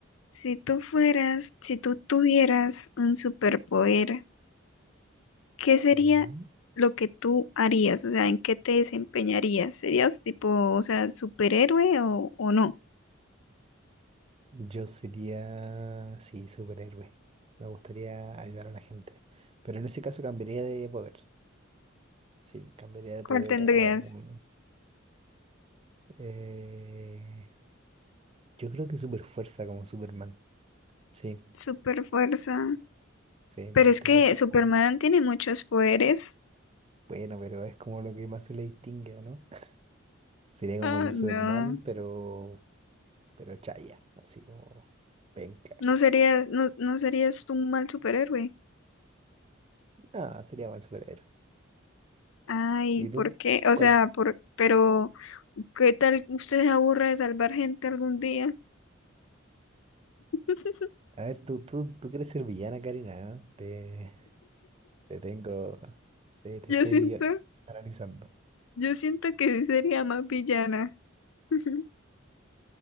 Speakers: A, on the left; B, on the right.
A: si tú fueras, si tú tuvieras un superpoder, ¿qué sería
B: Ya.
A: lo que tú harías? O sea, ¿en qué te desempeñarías? ¿Serías tipo, o sea, superhéroe o, o no?
B: Yo sería, sí, superhéroe. Me gustaría ayudar a la gente. Pero en ese caso cambiaría de poder. Sí, cambiaría de
A: ¿Cuál
B: poder
A: tendrías?
B: a un... eh, yo creo que super fuerza como Superman. Sí,
A: ¿Super fuerza?
B: sí, me
A: Pero
B: gustaría
A: es que
B: ser
A: Superman
B: como...
A: tiene muchos poderes.
B: Bueno, pero es como lo que más se le distingue, ¿o no? <laughs> Sería como
A: Ah,
B: el Superman,
A: no.
B: pero... Pero chaya, así como... Penca.
A: No
B: <laughs>
A: serías, no, no serías tú un mal superhéroe.
B: No, sería buen superhéroe.
A: Ay,
B: ¿Y tú?
A: ¿por qué? O
B: ¿Cuál?
A: sea, por, pero ¿qué tal usted se aburra de salvar gente algún día? <laughs>
B: A ver, tú, tú, tú quieres ser villana, Karina, ¿eh? Te tengo, te, te
A: Yo
B: estoy
A: siento,
B: analizando.
A: yo siento que sí sería más villana. <laughs>